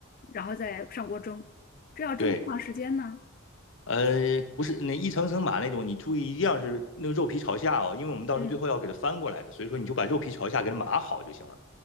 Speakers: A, on the left; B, on the left.
A: 然后再上锅蒸，这要蒸多长时间呢？
B: 对。呃，不是那一层层码那种，你注意一定要是那个肉皮朝下哦，因为我们到时候最后要给它翻过来的，
A: 嗯。
B: 所以说你就把肉皮朝下给它码好就行了，